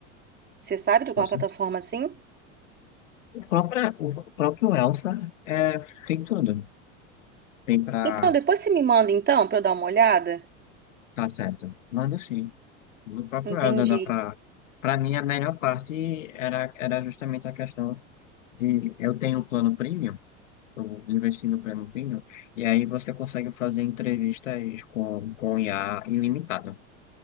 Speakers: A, on the right; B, on the left.
A: Você sabe de alguma
B: com certeza.
A: plataforma assim?
B: O próprio, o próprio Elsa é, tem tudo. Tem pra...
A: Então, depois você me manda então para eu dar uma olhada?
B: Tá certo. Manda sim. No próprio
A: Entendi.
B: Elza, dá pra... Pra mim, a melhor parte era, era justamente a questão de eu tenho um plano premium, eu investi no plano premium, e aí você consegue fazer entrevistas com, com IA ilimitada.